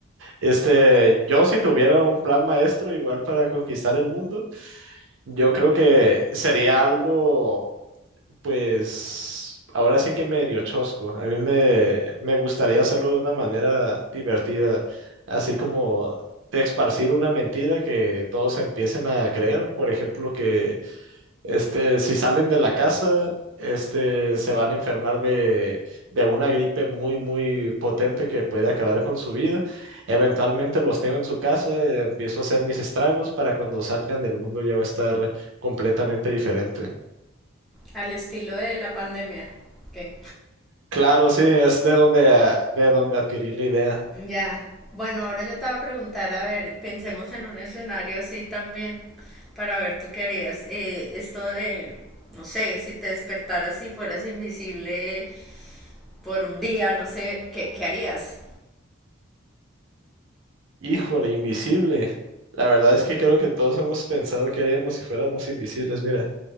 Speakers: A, on the right; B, in the centre.
A: Este, yo si tuviera un plan maestro igual para conquistar el mundo, yo creo que sería algo pues ahora sí que me dio chosco. A mí me, me gustaría hacerlo de una manera divertida, así como de esparcir una mentira que todos empiecen a creer. Por ejemplo, que este, si salen de la casa, este, se van a enfermar de, de una gripe muy, muy potente que puede acabar con su vida. Eventualmente los tengo en su casa, eh, empiezo a hacer mis estragos para cuando salgan del mundo ya va a estar completamente diferente.
B: al estilo de la pandemia. ¿Qué?
A: Claro, sí, es de donde, a- de donde adquirir la idea.
B: Ya. Bueno, ahora yo te voy a preguntar, a ver, pensemos en un escenario así también para ver tú qué harías. Eh, esto de, no sé, si te despertaras y fueras invisible por un día, no sé, ¿qué, qué harías?
A: Híjole, invisible. La verdad es que creo que todos hemos pensado que haríamos si fuéramos invisibles. Mira,